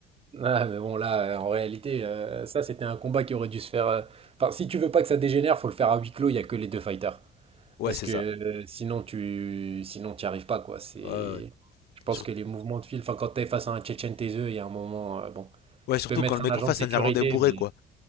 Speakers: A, on the right; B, on the left.
A: Ah, mais bon, là, euh, en réalité, euh, ça, c'était un combat qui aurait dû se faire. euh, Enfin, si tu veux pas que ça dégénère, faut le faire à huis clos, il n'y a que les deux fighters.
B: Ouais,
A: Parce
B: c'est
A: que
B: ça.
A: euh, sinon, tu sinon, t'y arrives pas, quoi. C'est...
B: Ouais, ouais. ouais.
A: Je pense
B: Sur-
A: que les mouvements de fil, enfin, quand t'es face à un Tchétchène taiseux, il y a un moment, euh, bon,
B: ouais,
A: tu
B: surtout
A: peux mettre
B: quand le mec
A: un agent
B: en face,
A: de sécurité,
B: c'est un Irlandais bourré,
A: mais.
B: quoi.